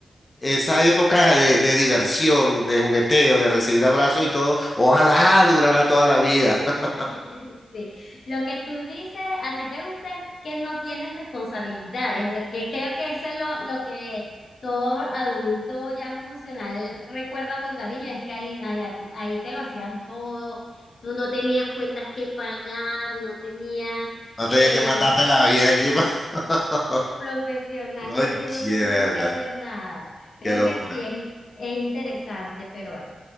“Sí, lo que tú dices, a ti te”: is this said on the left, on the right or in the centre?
Left